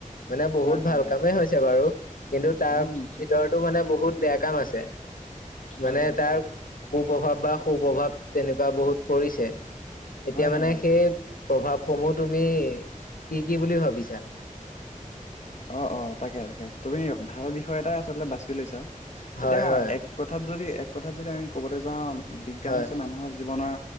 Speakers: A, on the left; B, on the left.
A: মানে বহুত
B: হয়,
A: ভাল
B: হয়,
A: কামেই
B: অ',
A: হৈছে বাৰু কিন্তু তাৰ
B: উম, হয়,
A: ভিতৰত টো মানে বহুত বেয়া কাম হৈছে মানে
B: হয়, হয়,
A: তাৰ কু- প্ৰভাৱ বা সু- প্ৰভাৱ তেনেকুৱা বহুত পৰিছে এতিয়া
B: হয়,
A: মানে
B: হয়, অ',
A: সেই প্ৰভাৱসমূহ তুমি কি- কি বুলি ভাবিছা?
B: অ', অ', তাকে -তাকে তুমি ভাল বিষয় এটাই আচলতে বাছি লৈছা
A: হয়
B: এতিয়া
A: হয়
B: এক কথা থাত যদি এক কথাত যদি আমি ক'বলে যাম বিজ্ঞান
A: হয়।
B: হৈছে মানুহৰ জীৱনৰ